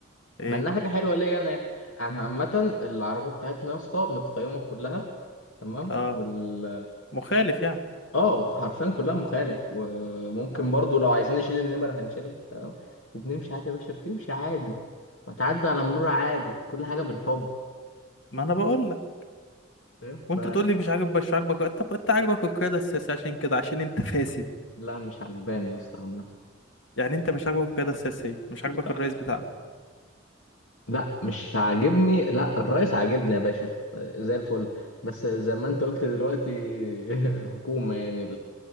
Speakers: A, on the left (about 70°); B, on the left (about 85°).
A: ايه
B: مع انها حاجه حلوه ليا انا يعني انا عامه العربيه بتاعتنا يا اسطى متطيمه كلها تمام
A: اه
B: وال
A: مخالف يعني
B: اه حرفيا كلها مخالف وممكن
A: آه.
B: برضو لو عايزين نشيل النمر هنشيلها تمام وبنمشي عادي يا باشا بتمشي عادي وتعدي على مرور عادي كل حاجه بالحب
A: ما انا بقول لك
B: فاهم
A: وانت
B: ف
A: تقول لي مش عاجب مش عاجبك طب انت عاجبك القياده السياسيه عشان كده عشان انت فاسد
B: لا مش عجباني يا اسطى عامه
A: يعني انت مش عاجبك القياده السياسيه مش عاجبك
B: لا
A: الرئيس بتاعنا
B: لا، مش عاجبني لا الرئيس عاجبني يا باشا آه، زي الفل بس زي ما انت قلت دلوقتي <laughs> الحكومه يعني